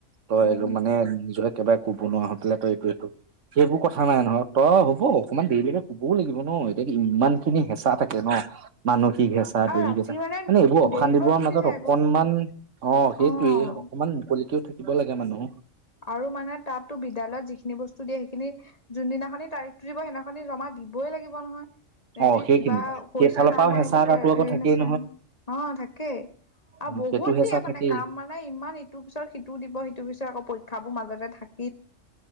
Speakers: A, on the right; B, on the left.
A: তই
B: উম।
A: মানে নিজৰ একেবাৰে কব নোৱাৰা হৈ পেলাই তই এইটো সেইটো সেইবোৰ কথা নাই নহয়, তই হ'ব অকনমান দেৰিলৈকে কবও লাগিব ন এতিয়া ইমান খিনি হেঁচা থাকে ন। মানশিক হেচা
B: আৰু
A: দৈহিক
B: ৰাতি
A: হেচা। মানে এইবোৰ অশান্তিবোৰৰ
B: দেৰি হৈ গুচি
A: মাজত
B: যায়
A: অকনমান
B: আকৌ।
A: অ সেইটোৱে
B: অ'।
A: অকনমান মুকলি, কও থাকিব লাগে মানুহ?
B: আৰু মানে তাতো বিদ্যালয়ত যিখিনি বস্তু দিয়ে সেইখিনি যোনদিনাখনি তাৰিখতো দিব সেইদিনাখন হেনাখনে জমা দিবই লাগিব নহয়। সহতি
A: অ সেইখিনি
B: কিবা হৈছে
A: সেইফালৰ
B: নাই
A: পৰাও
B: হোৱা
A: হেঁচা
B: সেইবোৰ
A: এটাতো আকৌ
B: হেৰি
A: থাকেই
B: নাচায় নহয়। অ থাকেই। আৰু
A: অ
B: বহুত
A: সেইটো হেঁচা
B: দিয়ে মানে
A: থাকেই
B: কাম মানে ইমান ইটোৰ পিছত সিটো দিব সিটোৰ পিছত আকৌ পৰীক্ষাবোৰ মাজতে থাক